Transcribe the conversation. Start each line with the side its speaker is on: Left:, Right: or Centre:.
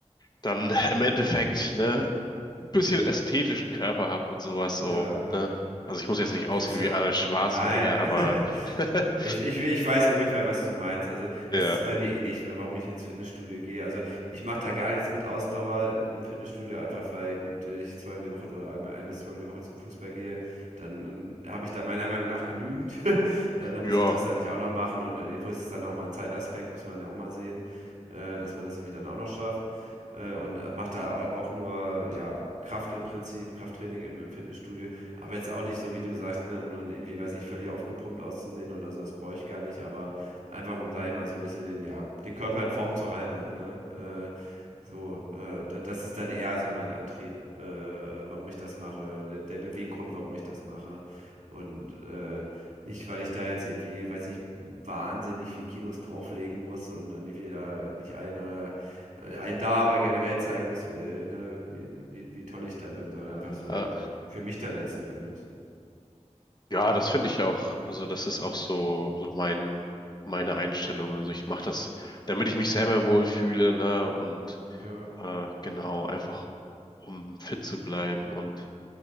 Left: dann im Endeffekt, ne, ein bisschen ästhetischen Körper habe und sowas so,
Right: Ja, ja.
Left: ne? Also ich muss jetzt nicht
Right: Ach,
Left: aussehen
Right: ist ja
Left: wie Arnold Schwarzenegger,
Right: nein, aber
Left: aber
Right: <laughs>
Left: <laughs>
Right: ich ich ich weiß ungefähr, was du meinst. Also,
Left: ja,
Right: das ist bei mir eh nicht, warum ich ins Fitnessstudio gehe. Also, ich mache da gar nichts mit Ausdauer im Fitnessstudio, einfach weil, gut, ich zweimal die Woche oder einmal ein bis zweimal die Woche zum Fußball gehe, dann dann habe ich da meiner Meinung nach genügend. <laughs> Dann dann
Left: ja,
Right: muss ich das dann nicht auch noch machen und irgendwo ist es dann auch mal ein Zeitaspekt, muss man ja auch mal sehen, äh, dass man das irgendwie dann auch noch schafft, äh, und mache da au auch nur, ja Kraft im Prinzip, Krafttraining im, im Fitnessstudio. Aber jetzt auch nicht so, wie du sagst, ne, um dann irgendwie, weiß nicht, völlig aufgepumpt auszusehen oder so, das brauche ich gar nicht, aber einfach um, sag ich mal, so ein bisschen den, ja, den Körper in Form zu halten, ne? Äh, so, äh, da- das ist dann eher so mein Antrieb, äh, warum ich das mache oder der, der Beweggrund, warum ich das mache. Und äh, nicht, weil ich da jetzt irgendwie, weiß nicht, wahnsinnig viel Kilos drauflegen muss und, und irgendwie da nicht ein oder äh, einen da aber generell zeigen muss, wie, ne, wie, wie, wie toll ich da bin, sondern einfach
Left: äh,
Right: so, ja, für mich dann letzten Endes.
Left: ja, das finde ich auch, also das ist auch so, so mein, meine Einstellung. Also ich mache das, damit ich mich selber wohlfühle, ne? Und
Right: Ja.
Left: äh, genau, einfach um fit zu bleiben. Und